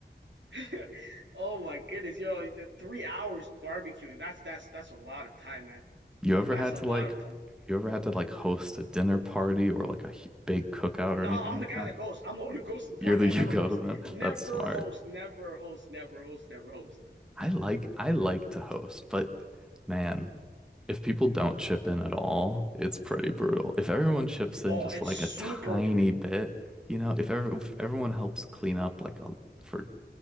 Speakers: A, on the right; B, in the centre.
A: <laughs> Oh my goodness, yo, the three hours barbecuing. That's that's that's a lot of time, man.
B: You ever
A: That's
B: had
A: a
B: to
A: lot
B: like,
A: of time.
B: you ever had to like host a dinner party or like a hu- big cookout
A: No,
B: or anything
A: I'm
B: like
A: the guy
B: that?
A: that goes. I'm the one who goes to the party.
B: You're the,
A: I
B: <laughs> you
A: never
B: go
A: host.
B: to them.
A: Never
B: <laughs> That's smart.
A: host, never host, never host, never host.
B: I like, I like to host, but man, if people don't chip in at all, it's pretty brutal. If everyone chips in
A: Oh,
B: just
A: it's
B: like
A: super
B: a tiny
A: brutal.
B: bit, you know, if every, if everyone helps clean up like a, for